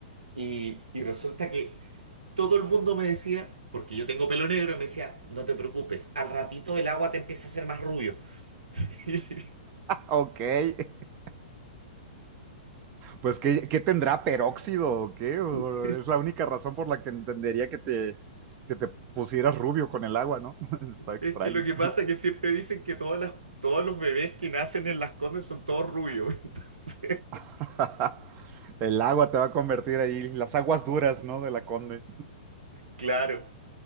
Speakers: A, on the right; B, on the right.
A: Y, y resulta que todo el mundo me decía, porque yo tengo pelo negro, y me decía, no te preocupes, al ratito el agua te empieza a hacer más rubio. <laughs>
B: Ok, <laughs> pues ¿qué, qué tendrá peróxido o qué? ¿O
A: Y Es
B: es la única razón por la que entendería que te, que te pusieras rubio con el agua, ¿no? <laughs> Está extraño.
A: es que lo que pasa es que siempre dicen que todas las, todos los bebés que nacen en las Condes son todos rubios. <laughs> Entonces,
B: <laughs> El agua te va a convertir ahí, las aguas duras, ¿no? De la Conde.
A: claro,